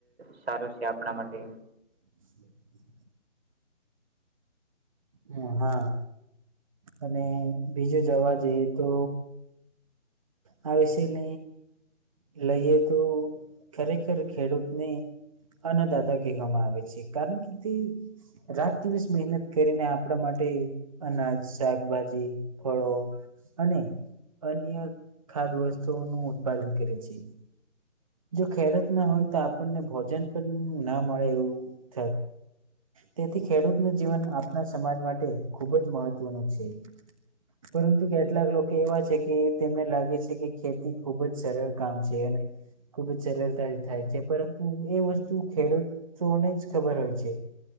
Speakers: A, on the right; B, on the right.
A: સારો છે આપણા માટે.
B: <inaudible> હ હા, અને બીજું જવા જઈએ તો આ વિષય ન લઈએ તો ખરેખર ખેડૂતને અન દાતા કહેવામાં આવે છે કારણ કે તે રાત દિવસ મહેનત કરીને આપણા માટે અનાજ, શાકભાજી, ફળો, અને અન્ય ખાધ વસ્તુઓ નું ઉત્પાદન કરે છે. જો ખેડૂત ના હોય તો આપણને ભોજન પણ ના મળે એવું થ તેથી ખેડૂતનું જીવન આપણા સમાજ માટે ખૂબજ મહત્વનું છે. પરંતુ કેટલાક લોકો એવા છે કે એ તેમને લાગે છે કે ખેતી ખૂબજ સરળ કામ છે એને. ખુબજ સરળતા થાય છે, પરંતુ એ વસ્તુ ખેડૂત તોઓને જ ખબર હોય છે.